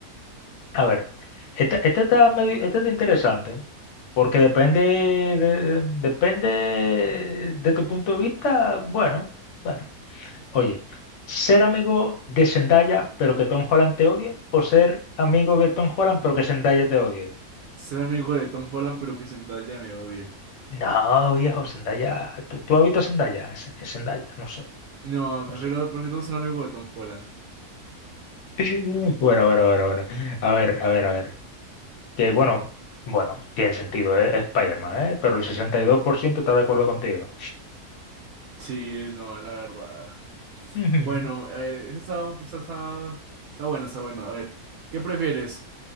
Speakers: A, on the left; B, on the right.
A: A ver, esta, esta está medio- esta está interesante porque depende de, depende de tu punto de vista. Bueno, bueno. Oye, ser amigo de Zendaya pero que Tom Holland te odia o ser amigo de Tom Holland pero que Zendaya te odie.
B: Ser amigo de Tom Holland, pero que Zendaya me odie.
A: No, viejo, Zendaya. ¿Tú, tú has visto a Zendaya? Z- Zendaya, no sé,
B: No,
A: no
B: prefiero,
A: sé.
B: prefiero ser amigo de Tom Holland.
A: <laughs> Bueno, bueno, bueno, bueno. A ver, a ver, a ver. Que bueno, bueno, tiene sentido, ¿eh? Es Spider-Man, ¿eh? Pero el 62% está de acuerdo contigo.
B: Sí, no, la verdad.
A: Ujú.
B: Bueno, a ver, esa está, está, está, está buena, está buena. A ver, ¿qué prefieres?